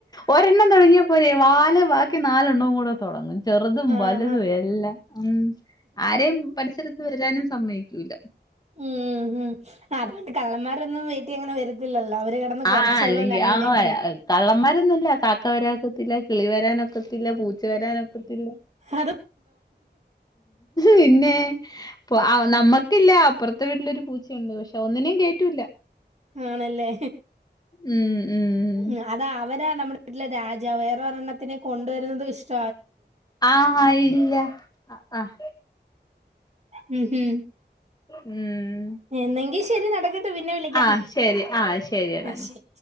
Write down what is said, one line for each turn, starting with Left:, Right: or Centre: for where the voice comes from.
Left: ഒരെണ്ണം തുടങ്ങിയ വാലെ ബാക്കി നാലെണ്ണംകൂടെ തുടങ്ങും ചെറുതും
Right: ആഹ്
Left: വലുതും എല്ലാം ഉ ആരെയും പരിസരത്ത് വരാനും സമ്മയിക്കൂല്ല
Right: ഉം അതുകൊണ്ട് കള്ളന്മാരൊന്നും അങ്ങനെ വരത്തില്ലല്ലോ അവര് കിടന്ന് കൊരച്ചോളൂല്ലോ
Left: ആ അല്ലെങ്കി
Right: അന്യരെ
Left: ആ
Right: കണ്ട
Left: കള്ളന്മാരൊന്നുംല്ല കാക്ക വരാക്കത്തില്ല കിളി വരാനൊക്കത്തില്ല പൂച്ച വരാനൊക്കത്തില്ല
Right: അത്
Left: പിന്നെ അപ്പൊ നമ്മുക്കില്ല അപ്പുറത്തെ വീട്ടിലൊരു പൂ ച്ചയുണ്ട് പക്ഷെ ഒന്നിനേും കേറ്റൂല്ല
Right: ആണല്ലേ
Left: ഉം ഉം
Right: ഉം അതാ അവരാ നമ്മുടെ വീട്ടിലെ രാജാവ് വേറെരെണ്ണത്തിനെ കൊണ്ടുവരുന്നതും ഇഷ്ട
Left: ആഹ് ഇല്ല ആഹ്.
Right: ഉം ഹം.
Left: ഉം.
Right: എന്നെങ്കി ശ് ശരി നടക്കട്ടെ. പിന്നെ വിളിക്കാം
Left: ആഹ് ശരി ആഹ് ശരിയാടാ.
Right: ആ ശരി